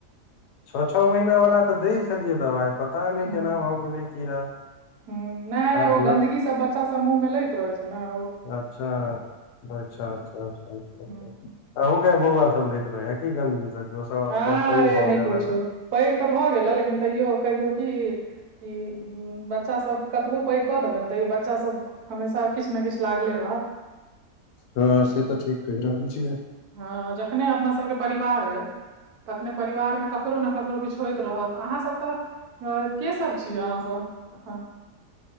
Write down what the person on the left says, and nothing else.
छओ छओ महीना वला तऽ दैय छलियै दबाइ प पता नहि
केना भए गेलै कीड़ा
अब
ब्लड।
अच्छा अच्छा अच्छाचच्छा अच्छा।
आहु कै बौआ सब लेैत रहेये की गन्दगी सब। ओ सब आब
तऽ पैघ भऽ
गेल
आब
हँ से तऽ ठीक कहि रहल छियै।